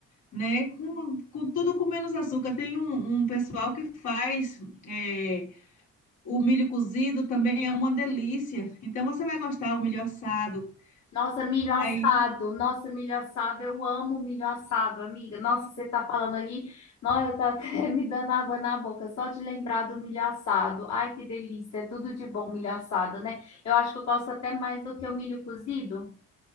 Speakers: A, on the left; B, on the left.
A: né? Com, com tudo com menos açúcar. Tem um, um pessoal que faz é, o milho cozido também é uma delícia. Então você vai gostar o milho assado.
B: Nossa, milho assado.
A: Aí,
B: Nossa, milho assado. Eu amo milho assado, amiga. Nossa, você tá falando aí. Nossa, eu tá até <laughs> me dando água na boca só de lembrar do milho assado. Ai, que delícia. É tudo de bom milho assado, né? Eu acho que eu gosto até mais do que o milho cozido.